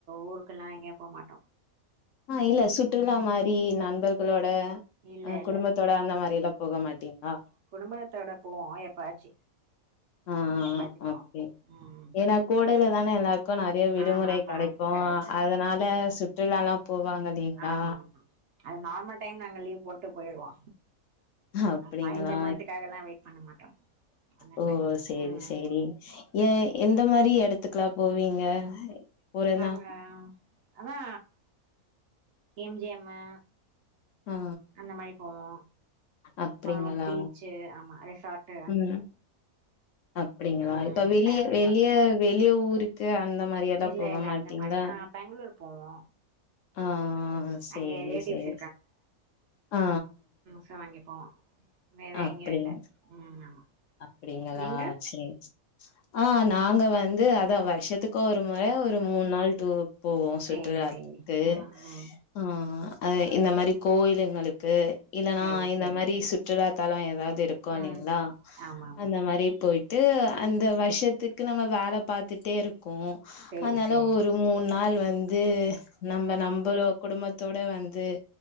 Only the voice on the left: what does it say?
ஆ இல்ல சுற்றுலா
மாரி நண்பர்களோட
அ
குடும்பத்தோட அந்த மாரில்லா போக மாட்டீங்களா
ஆ
ஓகே
ஏனா கோடையில தான எல்லாருக்கு நெறைய விடுமுறை
கெடைக்கு
போவோ
அதனால சுற்றுலால்லா போவாங்க இல்லீங்களா
அப்டிங்களா
ஓ
சேரி
சேரி ஏ எந்த மாரி எடத்துக்கெல்லா போவீங்க போறன்னா
ஆ
அப்டிங்களா
ம் அப்டிங்களா
இப்ப வெளிய
வெளிய வெளிய ஊருக் க்கு அந்த மாரியல்லா
போக
மாட்டீகளா
ஆ
சேரி
சேரி ஆ
அப்டிங்
அப்டிங்களா
சேரி சே ஆ நாங்க வந்து அதா வருஷத்துக்கு ஒரு முற ஒரு மூண் நாள் டூர் போவோ சுற்றுராத்க்கு
ஆ அ இந்த மாரி கோயிலுங்களுக்கு இல்லனா
இந்த
மாரி சுட் சுற்றுலாத்தலோ ஏதாவது இருக்கு இல்லங்களா
அந்த மாரி போயிட்டு
அந்த வருஷத்துக் க்கு நம்ம வேல பாத்துட்டே இருக்கோ
அதனால
ஒரு மூண் நாள் வந்து நம்ப
நம்பளோ குடும்பத்தோட வந்து